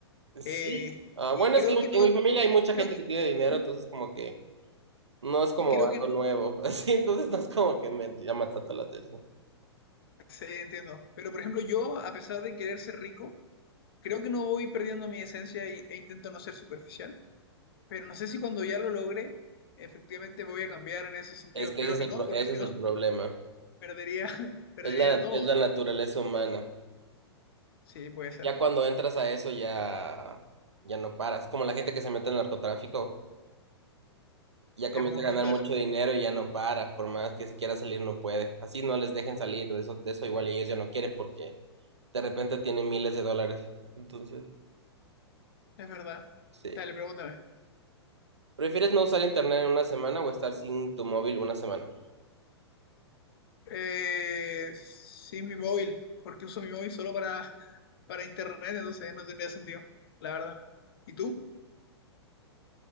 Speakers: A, on the right (about 85°); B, on the left (about 60°).
A: Sí.
B: Eh,
A: Ah, bueno,
B: y creo
A: es que en,
B: que no,
A: en mi familia hay mucha
B: creo
A: gente
B: que,
A: que tiene dinero,
B: ¿Mm?
A: entonces como que no es como
B: y creo
A: algo
B: que no,
A: nuevo, <laughs> así, entonces no es como que me llama tanto la atención.
B: sí, entiendo. Pero por ejemplo yo, a pesar de querer ser rico, creo que no voy perdiendo mi esencia y- e intento no ser superficial, pero no sé si cuando ya lo logre, efectivamente voy a cambiar en ese sentido.
A: Es que
B: Espero
A: ese es
B: que
A: el,
B: no,
A: pro-
B: porque
A: ese
B: si
A: es
B: no,
A: el problema,
B: <laughs> perdería, <laughs> perdería
A: es la,
B: a todos.
A: es la naturaleza humana.
B: Sí, puede ser.
A: Ya cuando entras a eso ya, ya no paras, como la gente que se mete en narcotráfico, ya
B: Es
A: comienza
B: buen
A: a ganar
B: punto
A: mucho
B: eso.
A: dinero y ya no para, por más que si quiera salir no puede. Así no les dejen salir, de eso, de eso igual ellos ya no quieren porque de repente tienen miles de dólares, entonces,
B: Es verdad.
A: sí.
B: Dale, pregúntame.
A: ¿Prefieres no usar internet en una semana o estar sin tu móvil una semana?
B: Eh, sí, mi móvil, porque uso mi móvil solo para, <laughs> para internet, entonces no tendría sentido, la verdad. ¿Y tú?